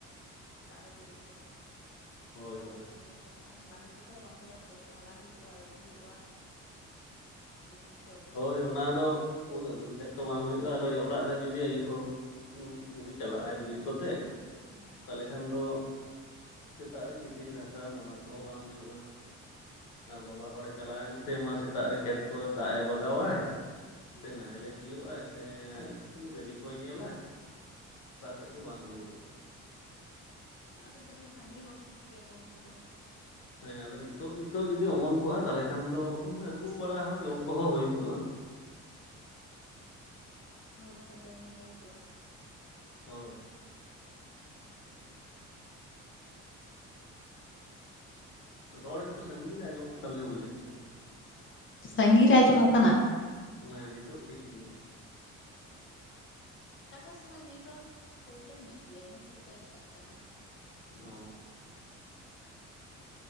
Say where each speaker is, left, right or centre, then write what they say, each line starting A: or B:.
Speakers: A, on the left (about 40°); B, on the left (about 85°).
A: ᱥᱮᱛᱟᱜ ᱨᱮ ᱵᱮᱨᱮᱫ ᱛᱚᱨᱟ
B: ᱦᱳᱭ
A: ᱪᱟᱞᱟᱜ
B: ᱦᱳᱭ
A: ᱜᱮᱭᱟᱹᱠᱚ <unintelligible> ᱦᱟᱞᱟᱝ ᱟᱹᱜᱩ ᱠᱟᱛᱮ ᱦᱚᱸ ᱵᱟᱝ ᱦᱩᱭᱩᱜᱼᱟ ᱛᱚ ᱥᱟᱞᱟᱭ ᱦᱩᱭᱩᱜᱼᱟ ᱟᱹᱨᱩᱵ ᱦᱩᱭᱩᱜᱼᱟ᱾ ᱵᱚᱦᱩᱛ <unintelligible>
B: ᱦᱳᱭ ᱚᱱᱟ ᱫᱚ ᱩᱫ ᱟᱹᱜᱩ ᱞᱮᱠᱷᱟᱡ ᱛᱚ ᱵᱟᱝ ᱦᱩᱭᱩᱜᱼᱟ ᱟᱨ ᱚᱲᱟᱜ ᱨᱮᱱ ᱡᱩᱫᱤ ᱟᱭᱩ ᱦᱚᱲ ᱡᱩᱫᱤ ᱪᱟᱞᱟᱜᱼ ᱟᱭ ᱵᱤᱨ ᱠᱚᱛᱮ
A: ᱦᱩᱸ
B: ᱛᱟᱦᱚᱞᱮ ᱠᱷᱟᱱ ᱫᱚ ᱥᱮᱛᱟᱜ ᱨᱮ ᱜᱤᱛᱤᱞ ᱜᱷᱟᱥᱟᱣ ᱱᱚᱣᱟ ᱠᱚᱦᱚᱸ ᱵᱟᱝ ᱦᱩᱭᱩᱜᱼᱟ᱾ ᱟᱨ ᱵᱟᱵᱟ ᱦᱚᱲᱮ ᱪᱟᱞᱟᱣᱱᱟ ᱥᱮ ᱢᱟ ᱥᱮᱛᱟᱜ ᱨᱮ ᱠᱷᱮᱛ ᱠᱚ ᱫᱟᱜ ᱮ ᱵᱟᱜ ᱞᱟᱜᱟᱣᱟᱭ
A: ᱦᱩᱸ
B: ᱥᱮ ᱱᱟᱦᱮᱞᱮ ᱥᱤᱭᱳᱜᱼᱟ ᱥᱮ ᱜᱟᱹᱰᱤ ᱠᱚᱭ ᱧᱮᱞᱟ ᱚᱠᱟ ᱥᱮᱫ ᱜᱮ ᱵᱟᱝ ᱦᱩᱭᱩᱜᱼᱟ
A: ᱟᱫᱚ ᱡᱟᱦᱟᱸᱭ ᱥᱟᱸᱜᱮ ᱦᱚᱲ ᱴᱷᱤᱠ ᱜᱮᱭᱟ ᱠᱚ ᱩᱱᱠᱩ ᱫᱚ
B: ᱦᱮᱸ ᱟᱫᱚ ᱱᱤᱛᱚᱜ ᱱᱤᱛᱚᱜ ᱡᱩᱫᱤ ᱚᱢᱚᱱ ᱠᱚᱜᱼᱟ ᱛᱟᱦᱚᱞᱮ ᱠᱷᱟᱱ ᱫᱚ ᱟᱹᱜᱩ
A: ᱥᱚᱵ
B: ᱵᱟᱲᱟ
A: ᱦᱚᱲ
B: ᱦᱚᱸ
A: ᱜᱮᱠᱚ
B: ᱡᱚᱢ ᱠᱚᱦᱚᱸ ᱦᱩᱭ
A: ᱠᱮᱭᱟ
B: ᱠᱚᱜᱼᱟ ᱦᱚ
A: ᱦᱚᱲ ᱦᱚᱸᱠᱚ ᱡᱚᱢ ᱱᱟᱹᱢᱟ. ᱭ ᱠᱚᱜ ᱟ
B: ᱦᱳᱭ ᱨᱚᱲ ᱮᱠᱴᱩ ᱥᱟᱺᱜᱤᱧ ᱨᱮ ᱟᱸᱚᱢᱚᱜ ᱠᱟᱱ ᱞᱮᱠᱟ ᱵᱩᱡᱷᱟᱹᱜ ᱠᱟᱱᱟ
A: ᱥᱟ. ᱜᱤᱧ ᱨᱮ ᱟᱡᱚᱢᱚ ᱠᱟᱱᱟ
B: ᱦᱮᱸ ᱱᱤᱛᱚᱜ ᱴᱷᱤᱠ ᱜᱮ
A: ᱚᱠᱟ ᱥᱚᱢᱚᱭ ᱱᱮᱴᱚᱣᱟᱨᱠ ᱯᱨᱚᱵᱞᱮᱢᱮᱫ ᱜᱮᱭᱟ ᱤᱱᱟᱹ ᱠᱚ ᱫᱚ ᱚᱱᱠᱟᱜ ᱠᱟᱱᱟ
B: ᱚᱼ